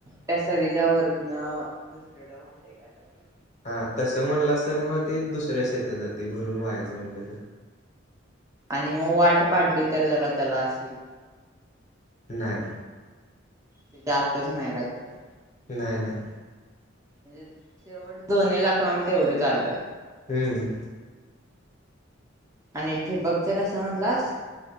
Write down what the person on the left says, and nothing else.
हा तसं म्हणलास तर मग ते दुसऱ्या शेतात जाते भरून व्हायचं म्हणलं तर
नाही.
नाही नाही
हम्म,